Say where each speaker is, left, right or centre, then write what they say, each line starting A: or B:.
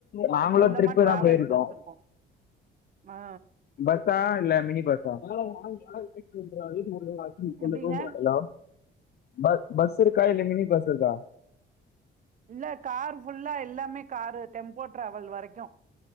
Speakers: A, on the left (about 50°); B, on the right (about 40°).
A: நாங்களு
B: சொந்தமா
A: ட்ரிப்பு
B: டிராவல்ஸ்
A: தா போயிருக்கோ
B: வச்சிருக்கோ ஆ
A: பஸ்ஸா இல்ல மினி பஸ்ஸா <unintelligible>
B: எப்டிங்க
A: ஹலோ பஸ் பஸ் இருக்கா இல்ல‌ மினி பஸ் இருக்கா
B: இல்ல கார் ஃபுல்லா எல்லாமே காரு டெம்போ டிராவல் வரைக்கு